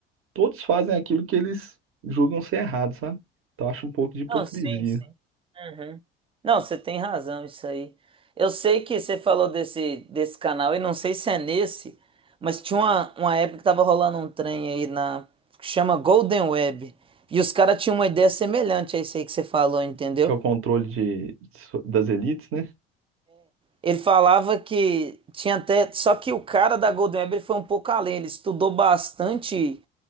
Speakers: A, on the right; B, on the right.
A: todos fazem aquilo que eles julgam ser errado, sabe? Então, eu acho um pouco de hipocrisia,
B: Não, sim, sim. Uhum. Não, você tem razão, isso aí. Eu sei que você falou desse, desse canal, e não sei se é nesse, mas tinha uma, uma época que tava rolando um trem aí na, que chama Golden Web. E os caras tinham uma ideia semelhante a isso aí que você falou, entendeu?
A: que é o controle de, das elites, né?
B: Ele falava que tinha até. Só que o cara da Golden Web ele foi um pouco além. Ele estudou bastante